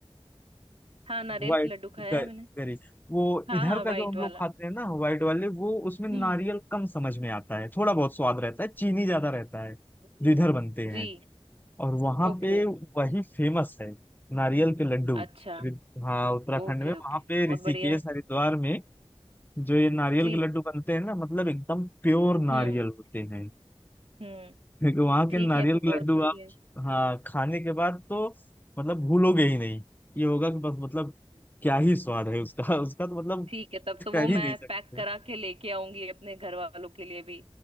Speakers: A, on the right (about 75°); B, on the left (about 20°).
A: हाँ नारियल
B: वाइट
A: के लड्डू खाया है मैंने
B: गरी वो
A: हाँ
B: इधर
A: हाँ
B: का
A: वाइट
B: जो हम
A: वाला
B: लोग खाते हैं ना वाइट वाले वो उसमें नारियल
A: हम्म
B: कम समझ में आता है थोड़ा बहुत स्वाद रहता है चीनी ज्यादा रहता है
A: जी
B: जो इधर बनते हैं
A: जी
B: और वहां
A: ओके
B: पे वही फेमस है नारियल के लड्डू
A: अच्छा
B: रि- हाँ उत्तराखंड
A: ओके
B: में वहां
A: ओके तो
B: पे
A: बहुत
B: ऋषिकेश
A: बढ़िया
B: हरिद्वार में जो ये नारियल
A: जी
B: के लड्डू बनते हैं ना मतलब एकदम प्योर नारियल
A: हम्म
B: होते हैं
A: हम्म
B: क्योंकि वहां
A: ठीक
B: के नारियल
A: है तो बहुत
B: के लड्डू
A: बढ़िया
B: आप हाँ खाने के बाद तो मतलब भूलोगे ही नहीं ये होगा कि बस मतलब
A: हम्म।
B: क्या ही स्वाद है उसका <laughs> उसका तो मतलब
A: ठीक है तब
B: कुछ
A: तो वो
B: कह
A: मैं
B: ही नहीं सकते
A: पैक करा के लेके आऊंगी अपने घर वालों के लिए भी